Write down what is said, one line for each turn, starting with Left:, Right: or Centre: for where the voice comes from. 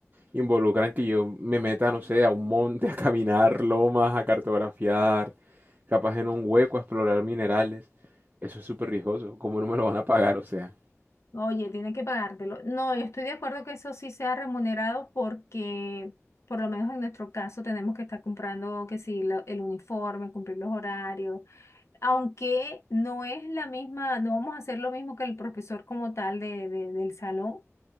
Right: involucran que yo me meta, no sé, a un monte, <laughs> a caminar lomas, a cartografiar, capaz en un hueco, a explorar minerales. Eso es súper riesgoso. ¿Cómo no me lo van a pagar? O sea,
Left: Oye, tiene que pagártelo. No, yo estoy de acuerdo que eso sí sea remunerado porque, por lo menos en nuestro caso, tenemos que estar comprando que sí, lo- el uniforme, cumplir los horarios, aunque no es la misma, no vamos a hacer lo mismo que el profesor como tal de, de- del salón,